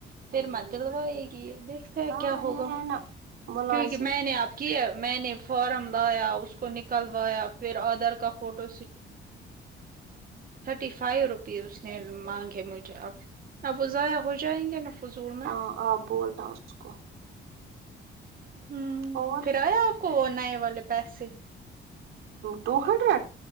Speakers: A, on the right (about 45°); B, on the right (about 80°).
A: پھر
B: ہوں
A: مجلوائے گی دیکھتے ہیں
B: ہاں
A: کیا ہوگا
B: یہ ہے نا ملازم
A: کیونکہ میں نے آپ کہ میں نے فارم لایا اس کو نکلوایا پھر آدھار کا فوٹو تھرٹی فائیو روپیز اس نے مانگے مجھے اب اب وہ ضائع ہو جائیں گے نا فضول میں
B: ہاں آپ بولنا اس کو
A: ہممم
B: اور
A: پھر آیا آپ کو وہ نئے والے پیسے
B: ٹو ہنڈریڈ